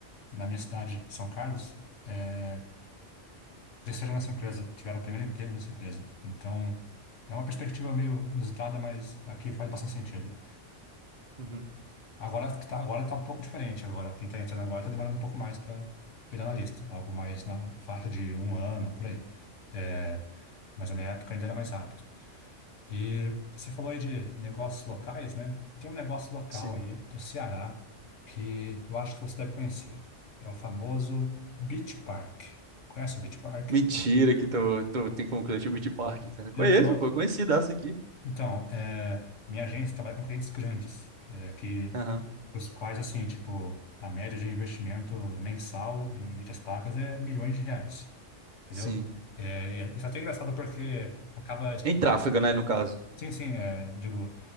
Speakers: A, on the left (about 75°); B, on the right (about 45°).
A: na minha cidade, São Carlos, é, cresceram nessa empresa, tiveram o primeiro emprego nessa empresa. Então, é uma perspectiva meio inusitada, mas aqui faz bastante sentido.
B: uhum,
A: Agora que tá, agora tá um pouco diferente. Agora, quem tá entrando agora tá demorando um pouco mais para virar analista. Algo mais na faixa de um ano, por aí. É, mas na minha época ainda era mais rápido. E você falou aí de negócios locais, né? Tem um negócio local
B: sim.
A: aí do Ceará que eu acho que você deve conhecer. É o famoso Beach Park. Conhece o Beach Park?
B: Mentira que tu, tu tem como cliente o Beach Park, cara. Conheço,
A: Eu tô,
B: pô, conhecidaço aqui.
A: Então, é, a minha agência trabalha com clientes grandes, é, que
B: Aham,
A: os quais, assim, tipo, a média de investimento mensal em mídias pagas é milhões de reais, entendeu?
B: sim.
A: É, é- isso é até engraçado porque acaba
B: Em tráfego, né, no caso.
A: Sim, sim, é, digo,